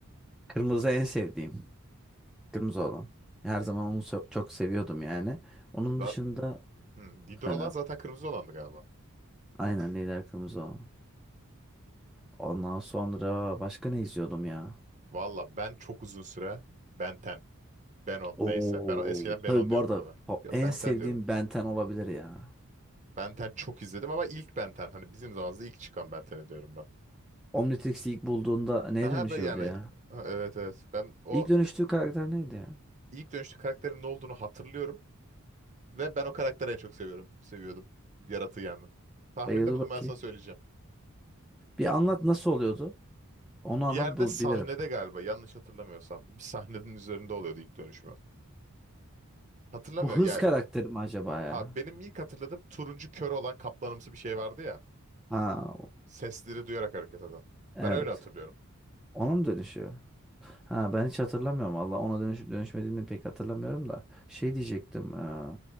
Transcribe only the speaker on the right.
Za-
Hı, Didrola
zaten kırmızı olandı galiba.
Valla ben çok uzun süre Ben 10, Ben 10
neyse. Ben eskiden Ben
10 diyordum
tabii.
Yo
Ben
10 diyordum.
Ben 10 çok izledim ama ilk Ben 10 hani bizim zamanımızda ilk çıkan Ben 10'i diyorum ben.
Ha
ben yani
ha, evet evet ben o
ilk dönüşte karakterin ne olduğunu hatırlıyorum. Ve ben o karakteri en çok seviyorum. Seviyordum. Yaratığı yani. Tahminde
bulun
ben sana söyleyeceğim.
Bir
yerde
sahnede
galiba yanlış hatırlamıyorsam. Bir sahnenin üzerinde oluyordu ilk dönüşümü. Hatırlamıyor
yani.
Ha benim ilk hatırladığım turuncu kör olan kaplanımsı bir şey vardı ya.
Sesleri duyarak hareket eden.
Ben öyle hatırlıyorum.